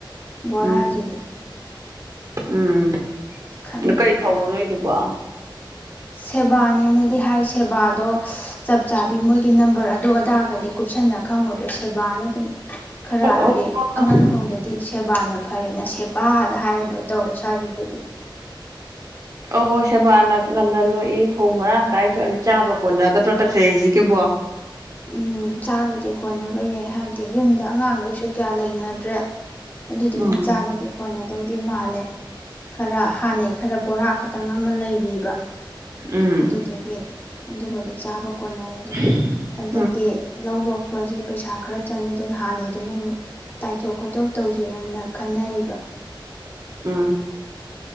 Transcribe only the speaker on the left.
ꯕꯣꯔꯥꯖꯤꯗꯤ
ꯈꯪꯗ꯭ꯔꯦꯗ
ꯁꯦꯕꯥꯅꯦꯅꯗꯤ ꯍꯥꯏ ꯁꯦꯕꯥꯗꯣ ꯆꯞ ꯆꯥꯕꯤ ꯃꯣꯏꯒꯤ ꯅꯝꯕꯔ ꯑꯗꯨ ꯑꯗꯥꯔꯒꯗꯤ ꯀꯨꯞꯁꯟꯅ ꯈꯪꯉꯨꯗ꯭ꯔꯦ ꯁꯦꯕꯥꯅ ꯑꯗꯨꯝ ꯈꯔ ꯍꯥꯏꯕꯤꯗꯤ
ꯑꯉꯟ ꯐꯥꯎꯗꯗꯤ ꯁꯦꯕꯥꯅ ꯐꯔꯦꯅ ꯁꯦꯄꯗ ꯍꯥꯏꯔ ꯂꯣꯏ ꯇꯧꯔꯦ ꯁ꯭ꯋꯥꯏꯁꯦ ꯑꯗꯨꯗꯤ
ꯎꯝ ꯆꯥꯕꯗꯤ ꯀꯣꯟꯅꯕ ꯌꯥꯏ ꯍꯥꯏꯕ ꯌꯨꯝꯗ ꯑꯉꯥꯡꯈꯩꯁꯨ ꯀꯌꯥ ꯂꯩꯅꯗ꯭ꯔꯦ ꯑꯗꯨꯗꯨꯅ
ꯆꯥꯕꯗꯤ ꯀꯣꯟꯅ ꯇꯧꯗꯤ ꯃꯥꯜꯂꯦ ꯈꯔ ꯍꯥꯟꯅꯩ ꯈꯔ ꯕꯣꯔꯥ ꯈꯇꯪ ꯑꯃ ꯂꯩꯔꯤꯕ
ꯑꯗꯨꯗꯨꯗꯒꯤ ꯑꯗꯨꯒꯗꯤ ꯆꯥꯕ
ꯀꯣꯟꯅꯔꯦ ꯑꯗꯣ ꯍꯟꯗꯛꯀꯤ ꯂꯧ ꯂꯣꯛꯄꯁꯦ ꯄꯩꯁꯥ ꯈꯔ ꯆꯪꯉꯦ ꯑꯗꯨꯅ ꯍꯥꯟꯅꯩꯗꯨꯅ ꯑꯃꯨꯛ ꯇꯥꯏꯊꯣꯛ ꯈꯣꯠꯇꯣꯛ ꯇꯧꯁꯤꯔꯅ ꯈꯟꯅꯔꯤꯕ